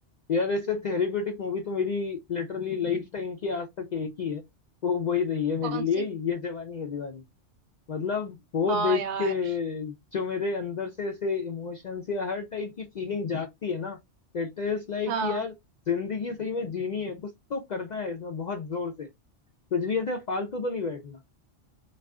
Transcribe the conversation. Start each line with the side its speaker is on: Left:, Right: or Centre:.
Left: यार ऐसे थेरेप्यूटिक मूवी तो मेरी लिटरली लाइफ टाइम की आज तक एक ही है वो वही रही है मेरे
Right: कौन
Left: लिए
Right: सी
Left: ये जवानी है दीवानी मतलब वो
Right: हाँ
Left: देख
Right: यार
Left: के जो मेरे अंदर से ऐसे इमोशंस या हर टाइप की फीलिंग जागती है ना इट इज लाइक
Right: हाँ
Left: यार जिंदगी सही में जीनी है कुछ तो करना है इसमें बहुत जोर से कुछ भी ऐसे फालतू तो नहीं बैठना